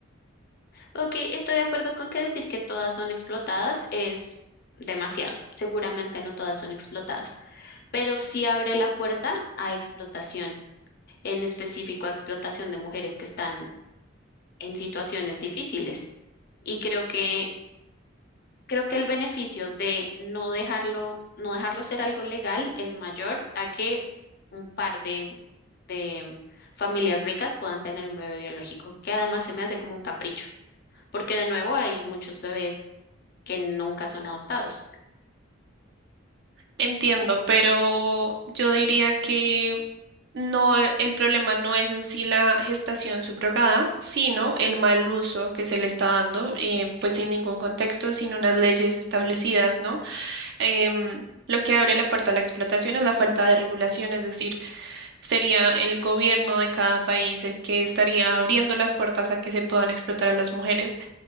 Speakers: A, on the left; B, on the right.
A: Ok, estoy de acuerdo con que decir que todas son explotadas es demasiado. Seguramente no todas son explotadas, pero sí abre la puerta a explotación, en específico a explotación de mujeres que están en situaciones difíciles. Y creo que creo que el beneficio de no dejarlo, no dejarlo ser algo legal es mayor a que un par de, de familias ricas puedan tener un bebé biológico, que además se me hace como un capricho, porque de nuevo hay muchos bebés que nunca son adoptados.
B: Entiendo, pero yo diría que no, e- el problema no es en sí la gestación subrogada, sino el mal uso que se le está dando, eh, pues sin ningún contexto, sin unas leyes establecidas, ¿no? Em, lo que abre la puerta a la explotación es la falta de regulación, es decir, sería el gobierno de cada país el que estaría abriendo las puertas a que se puedan explotar a las mujeres